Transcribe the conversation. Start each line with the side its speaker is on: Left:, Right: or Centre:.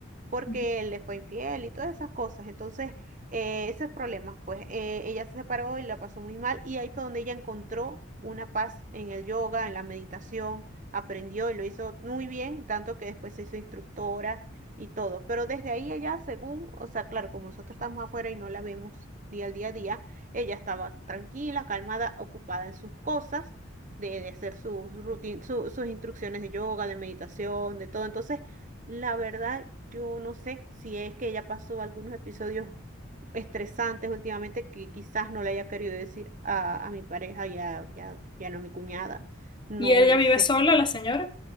Right: porque
Left: ujú.
Right: él le fue infiel y todas esas cosas. Entonces, eh, esos problemas, pues eh, ella se separó y la pasó muy mal y ahí fue donde ella encontró una paz en el yoga, en la meditación, aprendió y lo hizo muy bien, tanto que después se hizo instructora y todo. Pero desde ahí ella, según, o sea, claro, como nosotros estamos afuera y no la vemos día al día a día, ella estaba tranquila, calmada, ocupada en sus cosas. De, de hacer sus rutin- su- sus instrucciones de yoga, de meditación, de todo. Entonces, la verdad, yo no sé si es que ella pasó algunos episodios estresantes últimamente que quizás no le haya querido decir a, a mi pareja, ya, ya, ya no a mi cuñada, no
Left: ¿Y ella
Right: lo
Left: vive
Right: sé.
Left: sola, la señora?